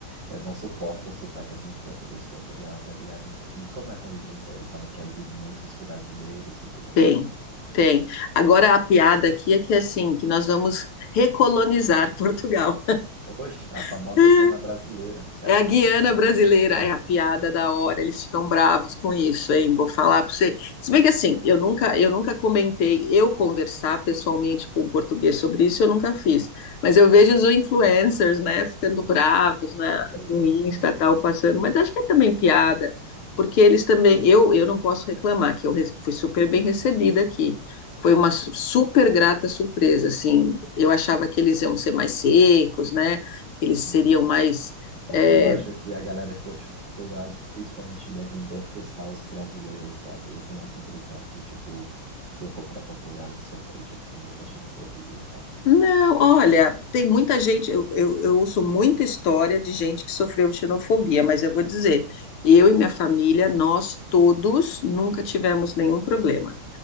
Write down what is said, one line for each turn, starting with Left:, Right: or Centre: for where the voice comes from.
Right: eu não suporto o sotaque, assim, de português de Portugal, tá ligado? Então, E como é a convivência aí? Falam que aí tem muitos brasileiros e tudo
Left: tem,
Right: mais, como que
Left: tem.
Right: você...
Left: Agora a piada aqui é que assim, que nós vamos recolonizar Portugal.
Right: Oxe, a famosa
Left: <laughs>
Right: Guiana brasileira, você
Left: É
Right: acha
Left: a
Right: que
Left: Guiana
Right: eu não tô sabendo,
Left: brasileira,
Right: né? <laughs>
Left: é a piada
Right: Com certeza.
Left: da hora, eles ficam bravos com isso, hein? Vou falar para você. Se bem que assim, eu nunca, eu nunca comentei, eu conversar pessoalmente com o português sobre isso, eu nunca fiz. Mas eu vejo os influencers, né, ficando bravos na,
Right: Sim,
Left: no Insta,
Right: sim,
Left: tal, passando, mas acho que é também piada, porque eles também, eu, eu não posso reclamar, que eu re- fui super bem recebida aqui. Foi uma su- super grata surpresa, assim. Eu achava que eles iam ser mais secos, né? Que eles
Right: sim.
Left: seriam mais
Right: Porque
Left: é,
Right: eu acho que a galera de Portugal, principalmente, devem detestar os brasileiros, sabe? Eu tenho essa impressão que, tipo, se eu for para Portugal, eu vou sofrer, tipo, muita xenofobia e tal.
Left: não, olha, tem muita gente. Eu, eu, eu ouço muita história de gente que sofreu xenofobia, mas eu vou dizer, eu e minha família, nós todos nunca tivemos nenhum problema.